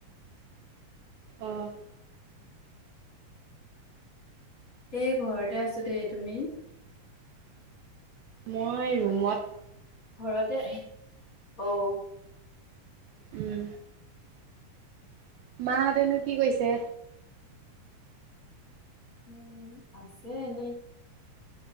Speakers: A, on the right; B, on the left.
A: অঁ
B: এই ঘৰতে আছো দেই তুমি
A: মই ৰুমত
B: ঘৰতে অ
A: উম মাহঁতেনো কি কৈছে
B: উ আছে এনেই